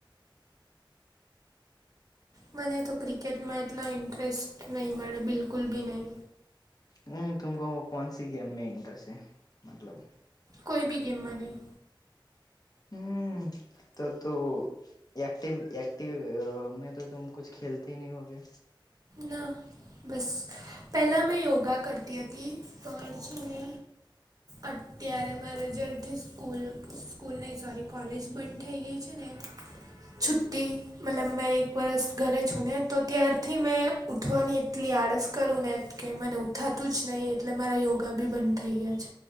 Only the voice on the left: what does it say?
હ તુમ કો કોન સી ગેમ મે ઇન્ટરેસ્ટ છે? મતલબ.
હમ ત તો એક્ટિવ એક્ટિવ મેં તો તુમ કુછ ખેલતે ન હોગે.